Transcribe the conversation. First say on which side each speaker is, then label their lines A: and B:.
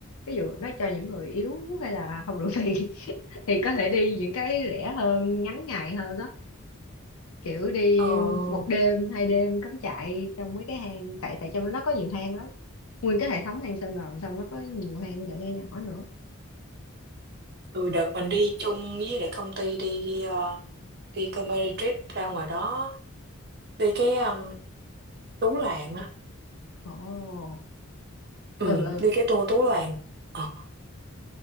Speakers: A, on the left; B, on the right.
A: ví dụ nó cho những người yếu hay là không đủ tiền <laughs> thì có thể đi những cái rẻ hơn ngắn ngày hơn á kiểu đi
B: ờ
A: một đêm hai đêm cắm trại trong mấy cái hang tại tại trong nó có nhiều hang lắm nguyên cái hệ thống hang sơn đoàn xong nó có nhiều hang nhỏ nhỏ nhỏ nữa
B: ừ, đợt mình đi chung với lại công ty đi ờ, đi company trip ra ngoài đó đi cái um, Tú Làng á
A: ồ
B: ừ,
A: ừ ừ
B: đi cái tour Tú Làng Ờ,